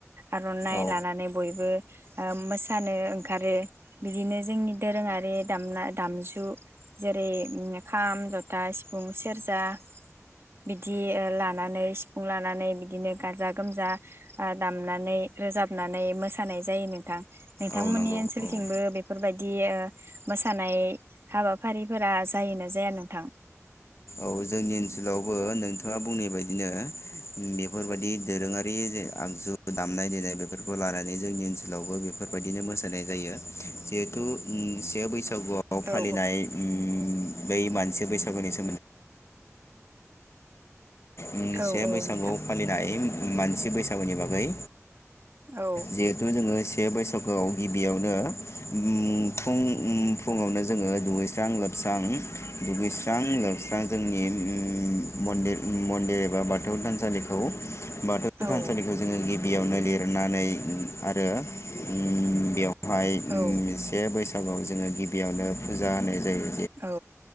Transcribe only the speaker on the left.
औ
औ नंगौ
औ
औ जोंनि ओनसोलाव नोंथाङा बुंनाय बायदिनो बेफोरबायदि दोरोङारि जे आगजु दामनाय देनाय बेफोरखौ लानानै जोंनि ओनसोलावबो बेफोरबायदिनो मोसानाय जायो जिहेथु उम से बैसो खागुवाव फालिनाय
ओम बै मानसि बैसागुनि सो उम
से
बैसागु
फालिनाय उम मानसि बैसागुनि बागै
जिहेथु जोङो बे बैसागुवाव गिबियावनो उम फुं उम फुङावनो जोङो दुगैस्रां लोबस्रां दुगैस्रां लोबस्रां जोंनि उम मनदिर उम मन्दिर एबा बाथौ थानसालिखौ बाथौ
थानसालिखौ जोङो गि बियावनो लिरनानै आरो ओम बेयाव हाय
उम से बैसा नोंगौ जोङो गिबियावनो फुजा होनाय जायो